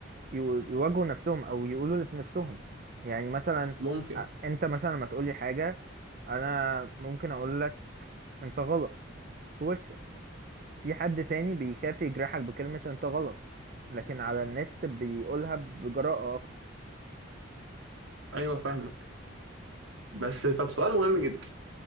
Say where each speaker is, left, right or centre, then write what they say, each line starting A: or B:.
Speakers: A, on the right; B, on the right.
A: يو- يواجهوا نفسهم او يقولوا اللي في نفسهم يعني مثلا
B: ممكن
A: آه، انت مثلا لما تقولي حاجة انا ممكن اقول لك انت غلط في وشك في حد تاني بيخاف يجرحك بكلمة انت غلط لكن على النت بيقولها بجراءة اكتر
B: ايوه فاهمك بس طب سؤال مهم جدا